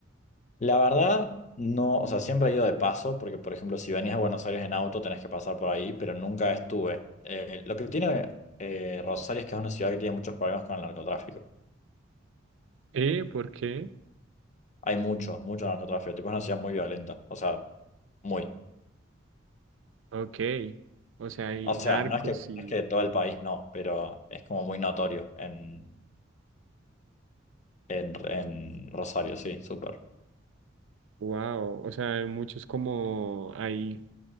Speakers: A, on the left; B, on the right.
A: La verdad, no, o sea, siempre he ido de paso, porque por ejemplo, si venís a Buenos Aires en auto tenés que pasar por ahí, pero nunca estuve. Eh, lo que tiene eh, Rosario es que es una ciudad que tiene muchos problemas con el narcotráfico.
B: ¿Eh? ¿Por qué?
A: Hay mucho, mucho narcotráfico, tipo es una ciudad muy violenta, o sea, muy.
B: Ok. O sea, hay
A: O sea,
B: narcos
A: no es que, no
B: y...
A: es que todo el país no, pero es como muy notorio en, en, en Rosario, sí, súper.
B: Wow. O sea, hay muchos como... Hay